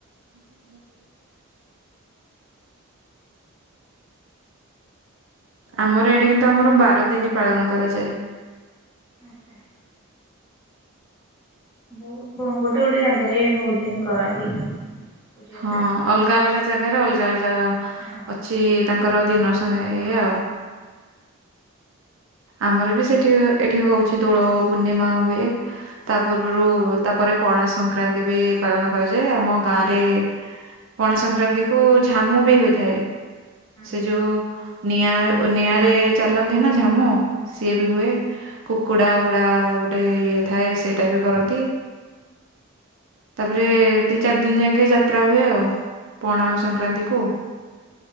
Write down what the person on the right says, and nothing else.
ହୁଁ ଆମର ଏଇଡା କିନ୍ତୁ ଆମର ବାର ଦିନ ପାଳନ କରାଯାଏ।
ହଁ ଅଲଗା ଅଲଗା ଜାଗାରେ ଅଲଗା ଅଲଗା
ଅଛି। ତାଙ୍କର ଦିନ ସଂଙ୍ଗେ ଇଏ ଆଉ। ଆମର ବି ସେଠି ଏଠି ହଉଛି ଦୋଳ ପୂର୍ଣ୍ଣିମା ହୁଏ। ତା ପୂର୍ବରୁ ତାପରେ ପଣା ସଂକ୍ରାନ୍ତି ବି ପାଳନ କରାଯାଏ ଆମ ଗାଁରେ ଗୋଟେ ପଣା ସଂକ୍ରାନ୍ତି କୁ ଝାମୁ ବି ହୋଇଥାଏ। ସେ
ଯୋଉ ନିଆଁ ନିଆଁରେ ଚାଲନ୍ତି ନା ଝାମୁ
ସିଏ ବି ହୁଏ।
କୁକୁଡ଼ା ଉୁଡ଼ା ଗୋଟେ ଇଏ ଥାଏ ସେଇଟା ବି କରନ୍ତି। ତାପରେ ଦି ଚାରି ଦିନ ଯାକେ ଟିକେ ଯାତ୍ରା ହୁଏ ଆଉ ପଣା ସଂକ୍ରାନ୍ତି କୁ।